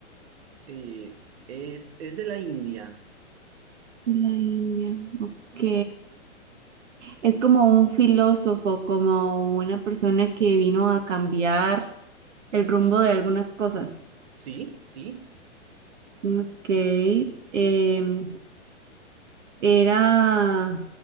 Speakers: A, on the right; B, on the right.
A: Eh, es, es de la India.
B: De la India, ok. Es como un filósofo, como una persona que vino a cambiar el rumbo de algunas cosas.
A: Sí, sí.
B: Ok. em, era